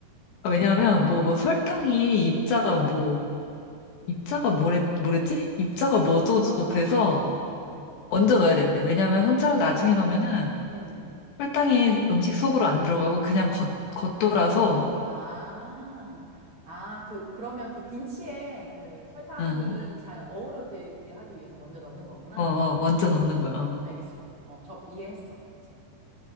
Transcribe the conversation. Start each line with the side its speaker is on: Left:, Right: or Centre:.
Left: 아, 왜냐하면
Right: 아, 어.
Left: 뭐 뭐 설탕이 입자가
Right: 스며드니까.
Left: 뭐, 입자가 뭐래, 뭐랬지? 입자가
Right: 아,
Left: 뭐 어쩌고저쩌고 그래서
Right: 어.
Left: 먼저 넣어야 된대. 왜냐하면 설탕을
Right: 오,
Left: 나중에 넣으면은
Right: 음.
Left: 설탕이 음식 속으로 안 들어가고 그냥 겉, 겉돌아서,
Right: 아, 아, 그, 그러면 그 김치에 그 설탕이
Left: 응,
Right: 잘 어우러들게 하기 위해서 먼저 넣는 거구나.
Left: 어, 어, 먼저 넣는 거야. 어.
Right: 알겠어. 어, 저 이해했어, 이제.